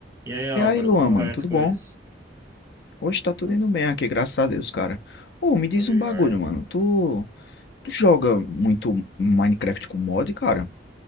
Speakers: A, on the right (about 15°); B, on the left (about 65°).
A: E aí, Álvaro,
B: E aí, Luan,
A: como
B: mano,
A: vai as
B: tudo
A: coisas?
B: bom? Hoje tá tudo
A: Tudo
B: indo bem aqui, graças a Deus, cara. Ô, me diz
A: Bom demais.
B: um bagulho, mano. Tu, tu joga muito Minecraft com mod, cara?